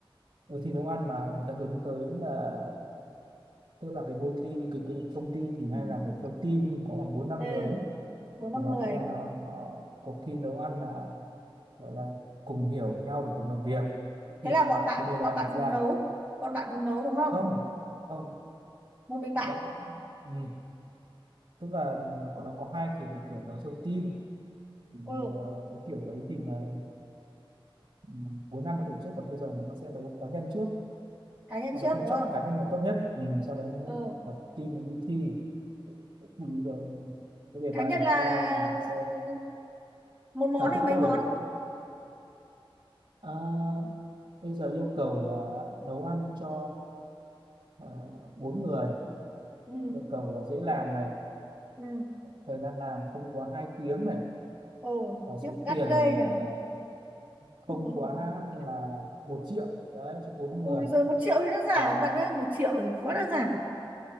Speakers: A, on the right; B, on the right.
A: ừ, thi nấu ăn mà người ta hướng tới là tức là cái môi thi cái, cái công ty thì
B: ừ
A: hay làm việc theo team có khoảng bốn năm
B: ừ
A: người ấy.
B: bốn năm
A: thì họ
B: người
A: tức là họ, họ cuộc thi nấu ăn là gọi là cùng hiểu nhau để cùng làm việc thì
B: thế là
A: một
B: bọn bạn
A: cái đề bài
B: bọn bạn
A: đặt ra
B: cùng nấu bọn bạn cùng nấu đúng không
A: không không
B: một mình bạn
A: bạn cũng ừ. tức là nó có nó có hai kiểu một kiểu đấu sâu team thì,
B: ừ
A: ờ, cái kiểu đấy thì là ừ, cuối năm nó tổ chức còn bây giờ là nó sẽ đấu cá nhân trước
B: cá nhân
A: sau
B: trước
A: đấy sẽ
B: đúng
A: chọn
B: không
A: cá nhân là tốt nhất ừ, sau đấy nó
B: ừ
A: tập lập team nó đi thi thì giờ cái đề
B: cá
A: bài
B: nhân
A: họ
B: là
A: ra là sẽ
B: ừ. một món
A: là
B: hay
A: tự
B: mấy
A: tôi
B: món
A: phải chuẩn bị à, bây giờ yêu cầu là nấu ăn cho à, bốn người
B: ừ
A: yêu cầu là dễ làm này
B: ừ
A: thời gian làm không quá 2 tiếng này
B: ừ
A: và
B: khiếp,
A: số
B: gắt
A: tiền
B: ghê nhỉ
A: à, không
B: <laughs>
A: quá là một triệu đấy cho bốn người
B: ui rồi một triệu thì đơn giản
A: và
B: bạn ơi một triệu thì quá đơn giản